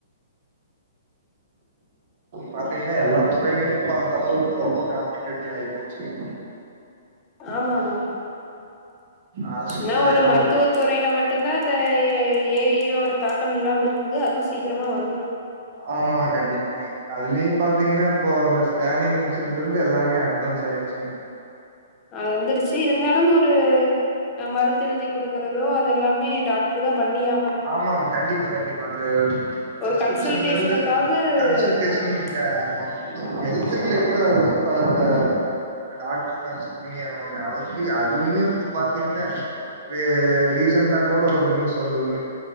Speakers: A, on the right (about 55°); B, on the left (about 30°).
A: பாத்தீங்கன்னா எல்லா துறையுமே இப்போ அந்த அளவுக்கு ரொம்ப காம்படேட்டிடிவ் ஆயி போச்சுங்க
B: ஆமா
A: அ
B: ஆமா ஆமா
A: அரசு
B: நா
A: துறையாவு
B: ஒரு மருத்துவத்து துறைல மட்டுந்தா அந்த ஏ ஐ யோட தாக்கம் இல்லாம இருக்குது அதுவு சீக்கிரமா வந்துடும்
A: ஆமா கண்டிப்பாங்க அதுலையு பாத்தீங்கன்னா இப்போ இந்த ஸ்கேனிங் சென்ட்ருந்து எல்லாமே அட்வான்ஸ் ஆயிடுச்சுங்க
B: அ வந்துருச்சு இருந்தாலு ஒரு அ மருந்து எழுதி குடுக் க்கறதோ அது எல்லாமே டாக்டர் தா பண்ணியா
A: ஆமாமா கண்டிப்பா கண்டிப்பா இந்த
B: ஒரு
A: ப்ரஸ்கிரிப்ஷன்ல
B: கன்சல்டேஷனுக்காவது
A: இருந்து கன்சல்ட்டேசனிங்
B: ஆமா
A: க ஆமாங்க ஹெல்த் ரிலேட்டடா அதுக்கப்றோ அதுல அ டாக்ட்ரு கன்சல்ட் பண்ணி ஆகனுங்க அளவ்க்கு அதுவுமே இப் பாத்தீங்கன்னா ரே ரீசண்டா கூட ஒரு நியூஸ் வந்துதுங்க